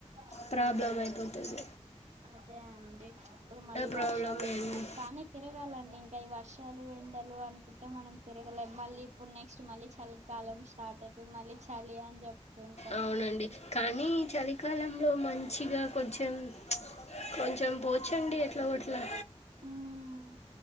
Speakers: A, on the right; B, on the left.
A: ఆ
B: ప్రాబ్లమ్ అయిపోతది
A: అదే అండి ఇప్పుడు మళ్ళీ
B: ప్రాబ్లమే
A: వర్షాల్ ఒస్తున్నయ్
B: అండి
A: కానీ తిరగాలండి ఇంకా ఈ వర్షాలు ఎండలు అనుకుంటే మనం తిరగలేం మళ్ళీ ఇప్పుడ్ నెక్స్ట్ మళ్ళీ చల్ కాలం స్టార్ట్ అయితద్ మళ్ళీ చలి అని జెప్పుకుంటాం
B: అవునండి కానీ చలికాలంలో మంచిగ కొంచెం కొంచెం పోచండి ఎట్లా ఒగట్లా
A: మ్మ్